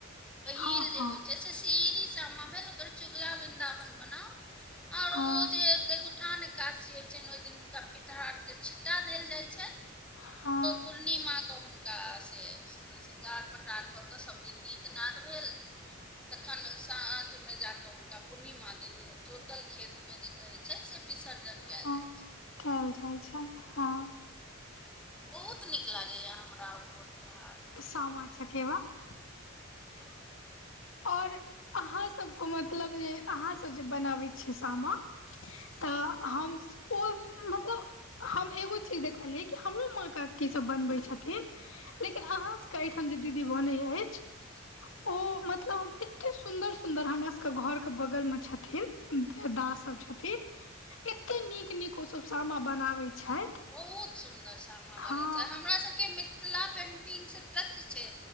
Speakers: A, in the centre; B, on the left (about 70°).
A: पहिल
B: हँ
A: जे
B: हँ
A: होइ छै, से सीढ़ी सामा भेल ओकर चुगला वृंदावन बनाउ। आओर
B: हाँ
A: ओ देवउठान एकादसी होइ छनि ने ओहि दिन हुनका पितहर के छिट्टा देल जाइ छै।
B: हाँ
A: पूर्णिमाके हुनका से श्रृंगार पटार कऽ कऽ सब दिन गीत नद भेल, तखन साँझ मे जाके हुनका पूर्णिमा दिन जोतल खेतमे जे कहैत छै से विसर्जन कयल
B: हँ
A: जाइत छै।
B: कयल जाइ छनि हँ।
A: बहुत नीक लागैए हमरा ओहो त्यौहार
B: सामा चकेवा। <unintelligible> ओर अहाँसभके मतलब जे अहाँसभ जे बनाबै छियै सामा। तऽ हम ओ मतलब हम एगो चीज देखलियै कि हमरो माँ क की सब बनबै छथिन लेकिन अहाँ सबके एहिठाम जे दीदी बनै अछि।
A: <inaudible>
B: ओ मतलब एते सुन्दर सुन्दर हमरा सबके घर के बगल में छथिन भेदास सब छथिन। एते नीक नीक ओसभ सामा बनाबैत छथि।
A: बहुत सुन्दर सामा बनैत
B: हँ
A: छै हमरा सबके मि मिथिला पेटिंग से टच छै